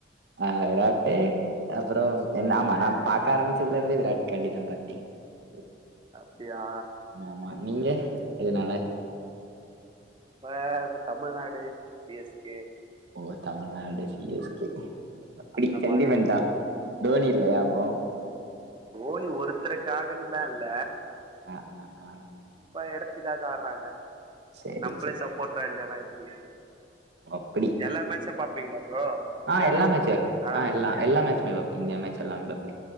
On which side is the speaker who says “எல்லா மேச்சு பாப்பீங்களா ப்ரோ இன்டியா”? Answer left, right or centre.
Right